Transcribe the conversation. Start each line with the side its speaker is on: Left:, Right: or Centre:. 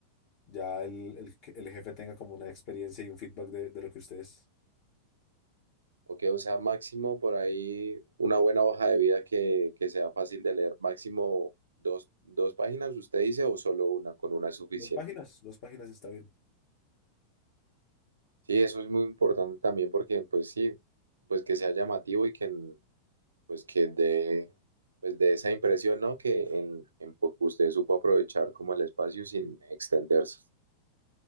Left: ya el, el, que el jefe tenga como una experiencia y un feedback de, de lo que ustedes.
Right: Ok, o sea, máximo por ahí una buena hoja de vida que, que sea fácil de leer, máximo dos, dos páginas, usted dice, o solo una, con una es suficiente.
Left: Dos páginas, dos páginas está bien.
Right: Sí, eso es muy importante también porque, pues sí, pues que sea llamativo y que, pues que de, pues de esa impresión, ¿no? Que en, en Pop usted supo aprovechar como el espacio sin extenderse.